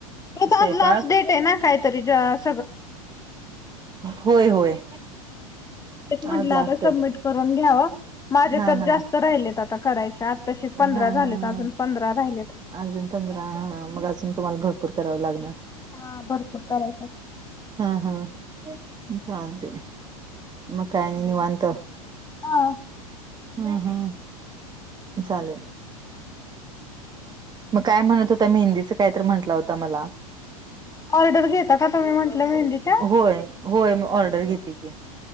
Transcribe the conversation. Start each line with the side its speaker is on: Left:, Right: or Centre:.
Left: <unintelligible>
Right: स्वयंपाक
Left: आज लास्ट डेट आहे ना कायतरी जास्तीत
Right: होय होय.
Left: ते म्हंटलं
Right: आज लास्ट
Left: आता सबमिट
Right: आहे
Left: करून घ्याव माझे
Right: हा
Left: तर
Right: हा
Left: जास्त राहिलेत आता करायच्या तसे पंधरा
Right: हा
Left: झालेत
Right: हा हा
Left: अजून पंधरा राहिलेत.
Right: अजून पंधरा ह मग अजून तुम्हाला भरपूर कराव लागणार.
Left: हा भरपूर करायच.
Right: हा हा चालते मग काय नी निवांत.
Left: हा
Right: हम हम चालेल. मग काय म्हणत होता? मेहंदी काय तर म्हंटलं होता मला.
Left: ऑर्डर घेता का तुम्ही म्हटलं मेहंदीच?
Right: होय होय म ऑर्डर घेते की.